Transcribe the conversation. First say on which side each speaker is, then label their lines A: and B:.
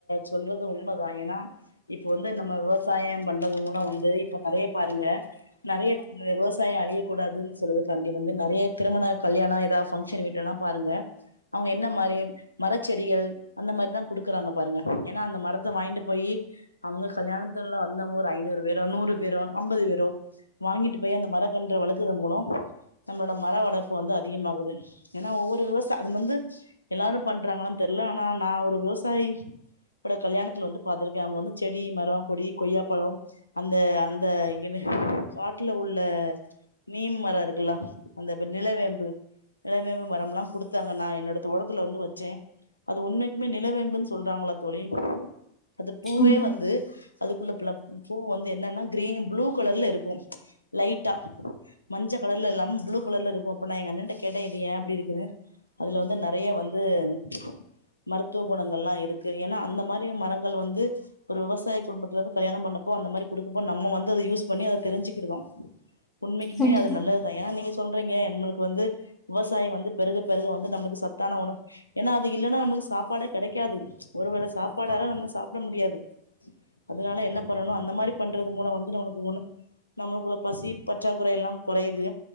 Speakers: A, on the left (about 85°); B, on the left (about 25°).
A: சொல்றது உண்மதா ஏன்னா இப்ப வந்து நம்ம விவசாயம் பண்றது மூலோ வந்து இப்ப நிறைய பாருங்க நெறையத் விவசாயோ அளியக்கூடாதுன்னு சொல்லுது காண்டி வந்து நெறைய திருமண கல்யாண ஏதாவது ஃபங்க்ஷன் வீட்டுல எல்லா பாருங்க அவங்க என்ன மாரி மரச்செடிகள் அந்த மாரிதா குடுக்குறாங்க பாருங்க ஏன்னா அந்த மரத்த வாங்கிட்டு போயி அவங்க கல்யாணத்துல வந்தவங்க ஒரு ஐநூறு பேரோ நூறு பேரோ ஐம்பது பேரோ வாங்கிட்டு போய் அந்த மர கன்ற வளக்குத மூலோ நம்மளோட மர வளர்ப்பு வந்து அதிகமாககுது ஏன்னா ஒவ்வொரு விவசா அது வந்து எல்லாரு பண்றாங்களன் தெர்ல ஆனா நா ஒரு விவசாயி பட கல்யாணத்துல வந்து பாத்திருக்க அவங்க வந்து செடி மரம் கொடி கொய்யாப்பழம் அந்த அந்த என காட்டுல உள்ள நீம் மரம் இருக்குல்ல அந்த வி நிலவேம்பு நிலவேம்பு மரம்லா குடுத்தாங்க நா என்னோட தோட்டத்துல வந்து வச்சே அது உண்மைக் மே நிலவேம்புன்னு சொல்றாங்களா தோழி அது பூவே
B: ஆமா.
A: வந்து அதுக்குள்ள பிளப் பூ வந்து என்னன்னா கிரீன் ப்ளூ கலர்ல இருக்கு ம்ச் லைட்டா மஞ்ச கலர்ல இல்லாம ப்ளூ கலர்லருக்கு அப்போ நா எங்க அண்ணன்ட்ட கேட்டே இது ஏன் அப்படி இருக்குன்னு அதுல வந்து நெறைய வந்து ம்ச் மருத்துவ குணங்கள்லா இருக்கு ஏன்னா அந்த மாரி மரங்கள் வந்து ஒரு விவசாய குடும்பத்துலந்து கல்யாணம் பண்ணப்போ அந்த மாரி குடுக்கப்போ நம்ம வந்து அத யூஸ் பண்ணி அத தெரிஞ்சுக்கிடுதோ
B: <inaudible>
A: உண்மைக்குமே
B: கண்டிப்பா,
A: அது நல்லத் அத எ நீங்க சொல்றீங்க நம்மளுக்கு வந்து விவசாயம் வந்து பெருக பெருக வந்து நமக்கு சத்தான உணவு ஏன்னா அது இல்லன்னா நம்பளுக்கு சாப்பாடே கெடைக்காது ம்ச் ஒரு வேள சாப்பாடால நம்மள சாப்பிட முடியாது அதனால என்ன பண்ணணு அந்த மாரி பண்றது மூலோ வந்து நம்மளுக்கு உண்னு நம்மளுக்குள்ள பசி பற்றாக்குறைலா கொறையுது